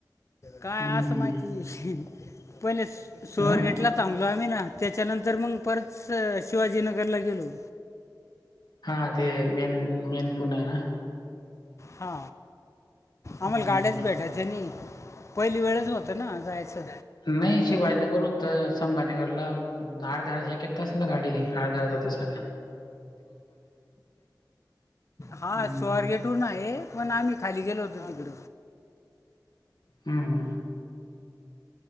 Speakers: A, on the left (about 75°); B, on the left (about 45°).
A: हं,
B: काय असं माहिती हीं हीं पहिलेच सोरगेटला
A: हं.
B: थांबलो आम्ही ना त्याच्यानंतर मग परत शिवाजीनगरला गेलो.
A: हा ते मेन मेन पुण आहे ना.
B: हा
A: हं,
B: आम्हाला गाड्याच
A: हं.
B: भेटाय. जनी पहिली वेळच होतं ना जायचं.
A: नाही शिवाजीनगरहून तर संभाजनगरला धडधड एक एक तासाला गाडी. हा दादा तसं. हम्म
B: हा स्अरगेटहून आहे. पण आम्ही खाली गेलो होतो तिकड.
A: हम्.